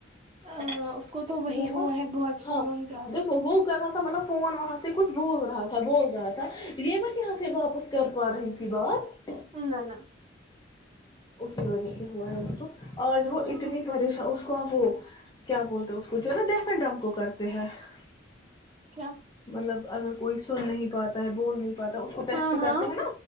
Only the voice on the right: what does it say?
ہاں اس کو تو وہی
ہوا ہے بہت
فون زیادہ
نہ نہ <unintelligible>
ہاں
کیا
ہاں
ہاں